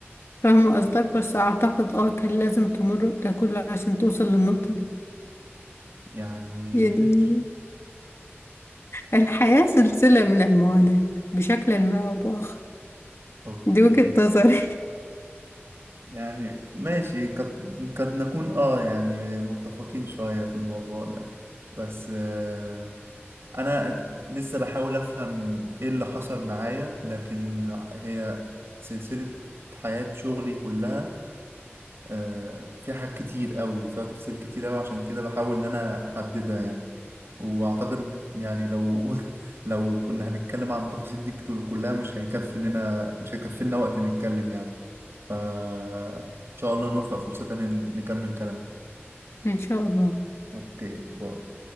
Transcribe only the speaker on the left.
فاهمة قصدك بس اعتقد اه كان لازم تمر بده كله عشان توصل للنقطة دي
يعني
الحياة سلسلة من المعاناة بشكل ما او بآخر
دي وجهة نظري
<laughs> ان شاء الله